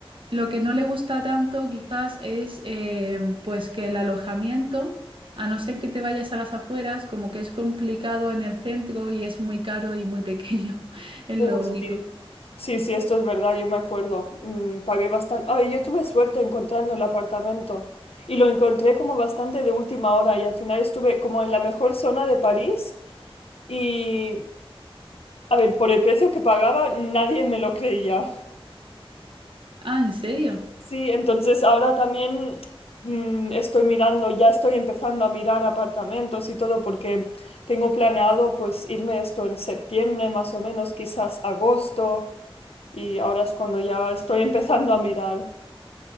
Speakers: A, on the right; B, on the left.
A: Lo que no le gusta tanto quizás es eh, pues que el alojamiento, a no ser que te vayas a las afueras, como que es complicado en el centro y es muy caro y muy pequeño, <laughs> es
B: Oh,
A: lo único.
B: sí. Sí, sí, esto es verdad, yo me acuerdo. Mm, pagué bastante. Ay, yo tuve suerte encontrando el apartamento y lo encontré como bastante de última hora y al final estuve como en la mejor zona de París y, a ver, por el precio que pagaba, nadie me lo creía.
A: Ah, ¿en serio?
B: Sí, entonces ahora también mm, estoy mirando, ya estoy empezando a mirar apartamentos y todo porque tengo planeado pues irme esto en septiembre más o menos, quizás agosto y ahora es cuando ya estoy <laughs> empezando a mirar.